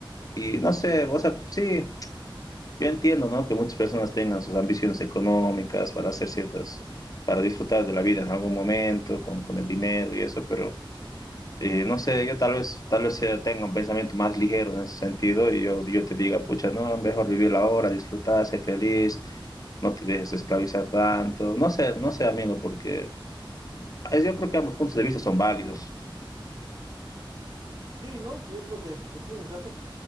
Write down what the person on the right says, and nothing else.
Sí, ¿no? Yo creo que, que tienes razón.